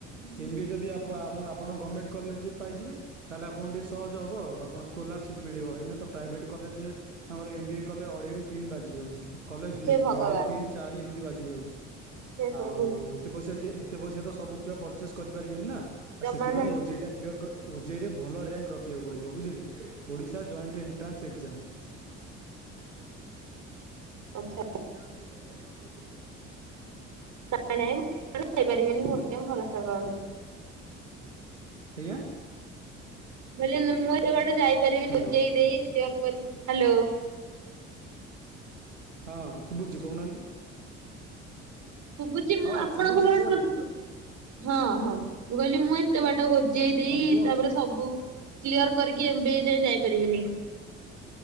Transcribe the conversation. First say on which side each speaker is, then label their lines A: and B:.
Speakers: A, on the right; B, on the right.
A: ଏମ ବି ଏ ଯଦି ଆମ ଆପଣ ଗଭର୍ଣ୍ଣମେଣ୍ଟ କଲେଜ ପାଇଯିବେ ତାହେଲେ ଆପଣ ଟିକେ ସହଜ ହବ ଆଉ ଆପଣ ସ୍କଲାରସିପ୍ ମିଳିବ ନା ତ ପ୍ରାଇଭେଟ୍ କଲେଜରେ ଆମର ଏମ୍ ବି ଏ କଲେ ଅଢ଼େଇରୁ ତିନି ବାଜିଯାଉଛି। କଲେଜ
B: ହେ
A: ନେଇକି
B: ଭଗବାନ
A: ଅଢ଼େଇ ତିନି ଚାରି ଏମିତି ବାଜି ଯାଉଚି
B: ହେ ପ୍ରଭୁ
A: ଆଉ ଏତେ ଇସା ଯେ ଏତେ ପଇସ ସବୁ ଛୁଆ ପର୍ଚେଜ କରି ପାରିବେନି ନା
B: ଜମା
A: ଆଉ ସେଥିପାଇଁ
B: ନାହିଁ
A: ଓଜେଇ ଟା କ୍ଲିୟର କ୍ ଓଜେଇରେ ଭଲ ରର୍ୟାଙ୍କ୍ ରଖିବାକୁ ପଡ଼ିବ ବୁଝିଲେ ଓଡ଼ିଶା ଜଏଣ୍ଟ ଏଣ୍ଟ୍ରାନ୍ସ ଏକ୍ଜାମ। କୋଉଟା
B: ଆଚ୍ଛା
A: କଥା ହଉଛିୁ ଗୋଟେ କଣ କରୁଛି ଉଠୁଉନି।
B: ଯାଇପାରିବନି। ମୋର କାଇଁ ଭରସା ପାଉନି।
A: ଆଜ୍ଞା।
B: ବୋଲି ମୁଁ ଏତେ ବାଟ ଯାଇପାରିବିନି
A: ହ୍ୟାଲୋ।
B: ଓଜେଇ ଦେଇ କ୍ଲିୟର କରି ହାଲୋ।
A: ହଁ ସୁଭୁଚି କହୁନାହାନ୍ତି।
B: ଶୁଭୁଚି ମୁଁ
A: ହଁ
B: ଆପଣଙ୍କ
A: ଶୁଭୁଛି
B: ଭଏସ
A: କୁହନ୍ତୁ
B: ମତେ ଶୁଭୁଛି ହଁ ହଁ ମୁଁ କହିଲି ମୁଁ ଏ ଏତେ ବାଟ ଓଜେଇ ଦେଇ
A: ହଁ କୁହନ୍ତୁ।
B: ତାପରେ ସବୁ କ୍ଲିୟର କରିକି ଏ ଏମ୍ବିଏ ଯାଏ ଯାଇପାରିବିନି।